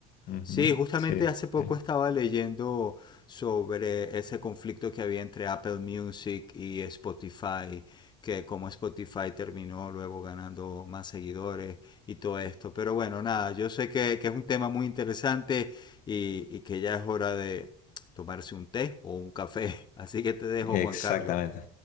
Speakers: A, on the left; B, on the left.
A: Ujú,
B: Sí, justamente
A: Sí,
B: hace poco
A: sí.
B: estaba leyendo sobre ese conflicto que había entre Apple Music y Spotify, que como Spotify terminó luego ganando más seguidores y todo esto. Pero bueno, nada, yo sé que, que es un tema muy interesante y, y que ya es hora de tomarse un té o un café. <laughs> Así que te dejo,
A: Exactamente.
B: Juan Carlos.